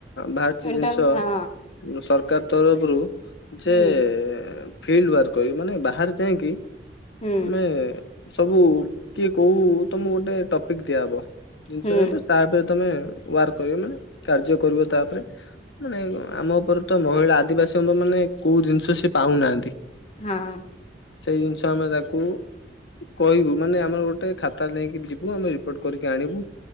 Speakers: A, on the left; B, on the left.
A: ବାହାରିଛି
B: ଏଣ୍ଟ୍ରାନ୍ସ
A: ଜିନିଷ।
B: ହଁ
A: ସରକାର ତରଫରୁ ଯେ
B: ହୁଁ
A: ଫିଲ୍ଡ ୱାର୍କ କରିବେ। ମାନେ ବାହାରେ ଯାଇଙ୍କି ତମେ
B: ହୁଁ
A: ସବୁ କିଏ କୋଉ ତମକୁ ଗୋଟେ ଟପିକ୍ ଦିଆହବ। ଜିନିଷ
B: ହୁଁ
A: <unintelligible> ତା ଉପରେ ତମେ ୱାର୍କ କରିବ ମାନେ କାର୍ଯ୍ୟ କରିବ ତାପରେ। ମାନେ ଆମ ଉପରେ ତ ମହିଳା ଆଦିବାସୀ <unintelligible> ମାନେ କୋଉ ଜିନିଷ ସେ ପାଉନାହାନ୍ତି?
B: ହଁ।
A: ସେଇ ଜିନିଷ ଆମେ ତାକୁ କହିବୁ। ମାନେ ଆମର ଗୋଟେ ଖାତା ନେଇକି ଯିବୁ ଆମେ ରି ରିପୋର୍ଟ କରିକି ଆଣିବୁ।